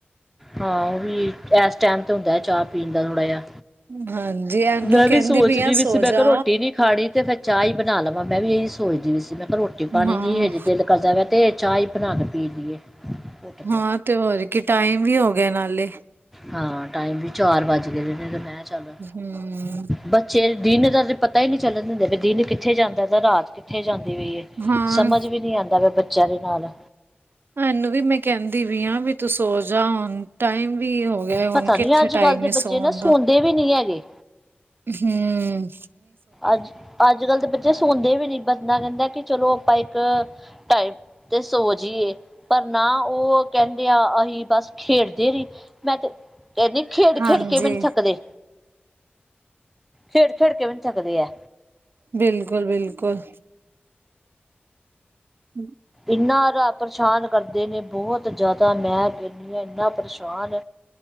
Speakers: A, in the centre; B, on the right (about 65°).
A: ਹਾਂ। ਉਹ ਵੀ ਇਸ ਟਾਈਮ ਤੇ ਹੁੰਦਾ ਹੈ। ਚਾਹ ਪੀਣ ਦਾ ਥੋੜਾ ਜਿਹਾ
B: ਹਾਂਜੀ। ਇਹਨੂੰ
A: ਮੈਂ
B: ਕਹਿੰਦੀ
A: ਵੀ ਸੋਚਦੀ
B: ਪਈ ਆ
A: ਵੀ
B: ਸੋ
A: ਸੀ ਮੈਂ
B: ਜਾ।
A: ਕਿਹਾ ਰੋਟੀ ਨੀ ਖਾਣੀ ਤੇ ਫਿਰ ਚਾਹ ਹੀ ਬਣਾ ਲਵਾਂ। ਮੈਂ ਵੀ ਇਹੀ ਸੋਚਦੀ ਵੀ ਸੀ। ਮੈਂ ਕਿਹਾ ਰੋਟੀ ਰੋਟੀ- ਪਾਣੀ
B: ਹਾਂ,
A: ਨੀ ਹਜੇ ਦਿਲ ਕਰਦਾ ਵੈ। ਤੇ ਚਾਹ ਹੀ ਬਣਾ ਕੇ ਪੀ ਲਈਏ। ਘੁੱਟ ਕੇ
B: ਹਾਂ, ਤੇ ਹੋਰ ਕਿ ਟਾਈਮ ਵੀ ਹੋ ਗਿਆ ਨਾਲੇ।
A: ਹਾਂ, ਟਾਈਮ ਵੀ ਚਾਰ ਵੱਜ ਗਏ ਨੇ। ਤੇ ਮੈਂ ਚੱਲੋ
B: ਹੂੰ।
A: ਬੱਚੇ ਦਿਨ ਦਾ ਪਤਾ ਹੀ ਨਹੀਂ ਚੱਲਣ ਦਿੰਦੇ ਪੲਏ, ਵੀ ਦਿਨ ਕਿੱਥੇ ਜਾਂਦਾ ਤਾਂ ਰਾਤ ਕਿੱਥੇ ਜਾਂਦੀ ਪਈ ਹੈ
B: ਹਾਂ।
A: ਸਮਝ ਵੀ ਨੀ ਆਉਂਦਾ ਪਇਆ, ਬੱਚਿਆਂ ਦੇ ਨਾਲ
B: ਮੈਨੂੰ ਵੀ ਮੈਂ ਕਹਿੰਦੀ ਵੀ ਆ, ਵੀ ਤੂੰ ਸ ਹੋ ਜਾ ਟਾਈਮ ਵੀ ਹੋ ਗਿਆ ਹੁਣ
A: ਪਤਾ
B: ਕਿੱਥੇ
A: ਨੀ ਅੱਜ ਕੱਲ੍ਹ
B: ਟਾਈਮ
A: ਦੇ
B: ਹੀ
A: ਬੱਚੇ
B: ਸੌਉਣ
A: ਨਾ ਸੌਂਦੇ
B: ਦਾ
A: ਵੀ ਨਹੀਂ ਹੈਗੇ
B: ਹਮ
A: ਅੱਜ ਅੱਜ ਕੱਲ੍ਹ ਦੇ ਬੱਚੇ ਸੌਦੇ ਵੀ ਨੀ ਬਚਦਾ ਕਹਿੰਦੇ ਕਿ ਚਲੋ ਆਪਾਂ ਇੱਕ ਟਾਈਪ ਤੇ ਸੋ ਜਏ ਪਰ ਨਾ ਉਹ ਕਹਿੰਦੇ ਆ ਅਹੀ ਬਸ ਖੇਡਦੇ ਰਹੀ ਮੈਂ ਤੇ ਕਹਦੀ ਖੇਡ
B: ਹਾਂਜੀ,
A: ਖੇਡ ਕੇ ਵੀ ਨ ਥੱਕਦੇ ਖੇੜ ਖੇੜ ਕੇ ਵੀ ਨ ਥਦੇ ਆ
B: ਬਿਲਕੁਲ ਬਿਲਕੁਲ ਹਮ
A: ਇੰਨਾ ਪਰੇਸ਼ਾਨ ਕਰਦੇ ਨੇ ਬਹੁਤ ਜ਼ਿਆਦਾ ਮੈਂ ਕਹਿੰਦੀ ਹਾਂ ਇੰਨਾ ਪਰੇਸ਼ਾਨ